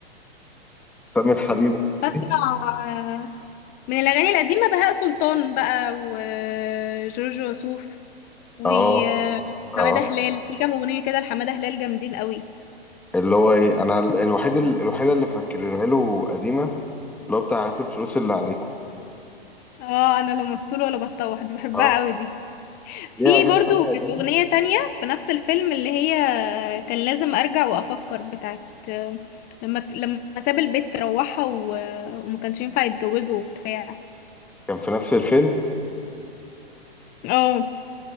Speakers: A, in the centre; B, on the left.
A: تامر حبيب والناس
B: بسمع
A: دي
B: آه، من الاغاني القديمة بهاء سلطان بقى وجورج وسوف وحمادة
A: اه اه
B: هلال في كام اغنية كده لحمادة هلال جامدين قوي
A: اللي هو ايه انا ال- الوحيد ال- الوحيده اللي فاكرها له قديمه اللي هو بتاع هات الفلوس اللي عليكم
B: اه انا لا مسطول ولا بتطوح دي بحبها
A: اه
B: قوي دي
A: ليه
B: في
A: اغاني
B: برضو
A: تانية قديمه
B: كانت أغنية تانية في نفس الفيلم اللي هي كان لازم أرجع وأفكر بتاعت لما لما ساب البيت روحها و... وما كانش ينفع يتجوزه وبتاع
A: كان في نفس الفيلم
B: اه